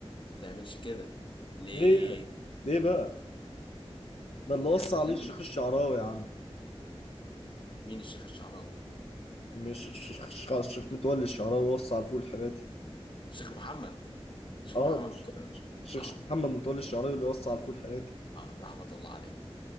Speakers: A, on the left (about 50°); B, on the left (about 70°).
A: ما تعملش كده ليه؟
B: ليه ليه بقى ده اللي وصى
A: عشان
B: عليه الشيخ الشعراوي يا عم
A: مين الشيخ الشعراوي ده؟
B: مش الشيخ الشيخ الشيخ متولي الشعراوي وصى على الفول الحراتي
A: الشيخ محمد الشيخ
B: اه
A: محمد متولي
B: الشيخ
A: اه
B: محمد متولي الشعراوي اللي وصى على الفول الحراتي
A: اه رحمة الله عليه